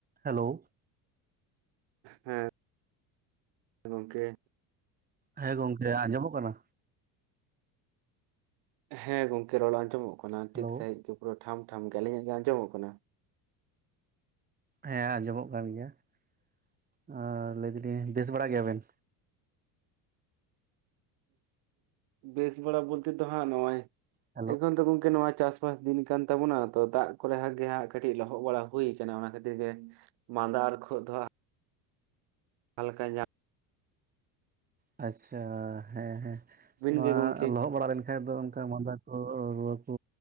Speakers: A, on the right (about 20°); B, on the right (about 65°).
A: Hello.
B: ᱦᱮᱸ ᱜᱚᱝᱠᱮ
A: ᱦᱮᱸ ᱜᱚᱝᱠᱮ ᱟᱸᱡᱚᱢᱚᱜ ᱠᱟᱱᱟ?
B: ᱦᱮᱸ ᱜᱚᱝᱠᱮ ᱨᱚᱲ ᱟᱸᱡᱚᱢᱚᱜ ᱠᱟᱱᱟ
A: ᱦᱮᱞᱳ
B: ᱴᱷᱤᱠ ᱥᱟᱺᱦᱤᱡ ᱜᱮ ᱯᱩᱨᱟᱹ ᱴᱷᱟᱢ ᱴᱷᱟᱢ ᱜᱮ ᱾ ᱟᱹᱞᱤᱧᱟᱜ ᱜᱮ ᱟᱸᱡᱚᱢᱚᱜ ᱠᱟᱱᱟ?
A: ᱦᱮᱸ ᱟᱸᱡᱚᱢᱚᱜ ᱠᱟᱱ ᱜᱮᱭᱟ ᱾ ᱟᱸ ᱞᱟᱹᱭᱫᱟᱞᱤᱧ ᱵᱮᱥ ᱵᱟᱲᱟ ᱜᱮᱭᱟᱵᱮᱱ?
B: ᱵᱮᱥ ᱵᱟᱲᱟ ᱵᱚᱞᱛᱮ ᱫᱚ ᱦᱟᱸᱜ ᱱᱚᱜ-ᱚᱭ
A: ᱦᱮᱞᱳ
B: ᱮᱠᱷᱚᱱ ᱛᱚ ᱜᱚᱝᱠᱮ ᱱᱚᱣᱟ ᱪᱟᱥ ᱵᱟᱥ ᱫᱤᱱ ᱠᱟᱱ ᱛᱟᱵᱚᱱᱟ ᱛᱚ ᱫᱟᱜ ᱠᱚᱨᱮ ᱦᱟᱸᱜ ᱜᱮ ᱦᱟᱸᱜ ᱠᱟᱹᱴᱤᱜ ᱞᱚᱦᱚᱜ ᱵᱟᱲᱟ ᱦᱩᱭ ᱠᱟᱱᱟ ᱚᱱᱟ ᱠᱷᱟᱹᱛᱤᱨ ᱜᱮ ᱢᱟᱸᱫᱟ ᱟᱨ ᱠᱷᱳᱜ ᱫᱚ ᱦᱟᱸᱜ ᱦᱟᱞᱠᱟ ᱧᱟ
A: ᱟᱪᱪᱷᱟ ᱾ ᱦᱮᱸ ᱦᱮᱸ,
B: ᱵᱤᱱ
A: ᱱᱚᱣᱟ
B: ᱜᱮ ᱜᱚᱝᱠᱮ
A: ᱞᱚᱦᱚᱜ ᱵᱟᱲᱟ ᱞᱮᱱ ᱠᱷᱟᱡ ᱫᱚ ᱚᱱᱠᱟ ᱢᱟᱸᱫᱟ ᱠᱚ ᱨᱩᱣᱟᱹ ᱠᱚ